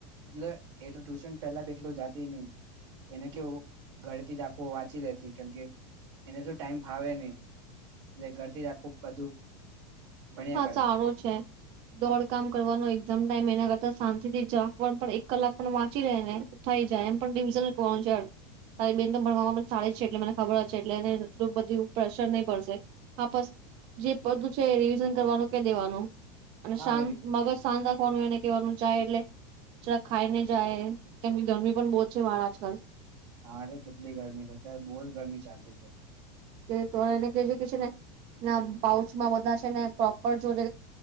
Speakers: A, on the right (about 90°); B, on the right (about 40°).
A: એટલે એ તો ટ્યુશન <unintelligible> પેલા આટલું જાતી નહિ, એને કેવું, ઘરે થી જ આખુ વાંચી લેતી કેમ કે, એને શું ટાઈમ ફાવે નહી. લે ઘરથી જ આખું બધું, ભણ્યા
B: હા
A: કરે
B: સારો છે, દોડ કામ કરવાનો એક્ઝામ ટાઈમ એના કરતા, તે શાંતિથી <inaudible> પણ એક કલાક પણ વાંચી લે ને થઈ જાય, એમ પણ રિવિઝન જ કરવાનું છે, તારી બેહેન તો ભણવામાં સારી જ છે એટલે મને ખબર જ છે એટલે એને એટલું બધું પ્રેશર નહી પડશે. હા બસ જે બધું છે રીવીઝન, કરવાનું કે દેવાનું, અને
A: હા
B: શાંત મગજ શાંત રાખ, વાનું, એને કેવાનું જાય એટલે જાય એટલે ખાઈ ને જાય કેમ કે ગરમી પણ બહુ જ છે, બાર આજકાલ,
A: હારે કેટલી ગરમી રહેતા બહુ ગરમી. ચાલતી છે.
B: કે તો એને કહી છે કે છે ને પાઉચમાં બધા છે ને પ્રોપર જો ક